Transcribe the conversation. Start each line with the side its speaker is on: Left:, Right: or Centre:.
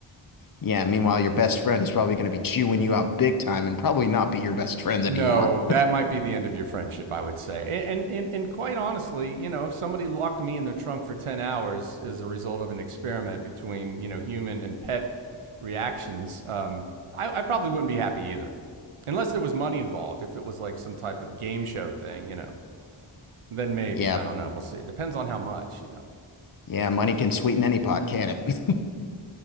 Left: Yeah, meanwhile, your best friend is probably going to be chewing you out big time and probably not be your best friends
Right: No,
Left: anymore.
Right: that might be the end of your friendship, I would say. And and and quite honestly, you know, if somebody locked me in their trunk for 10 hours as a result of an experiment between, you know, human and pet reactions, um, I, I probably wouldn't be happy either. Unless there was money involved, if it was like some type of game show thing, you know, then maybe.
Left: Yeah,
Right: I don't know. We'll see. Depends on how much, you know.
Left: Yeah, money can sweeten any pot, can't it? <laughs>